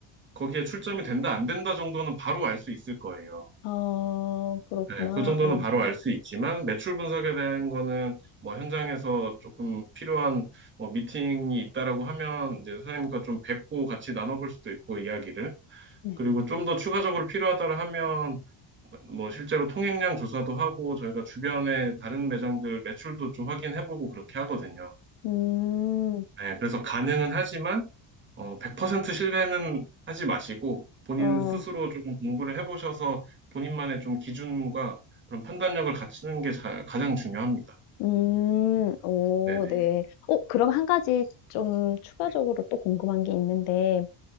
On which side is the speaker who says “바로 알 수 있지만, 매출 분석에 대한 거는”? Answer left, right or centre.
Right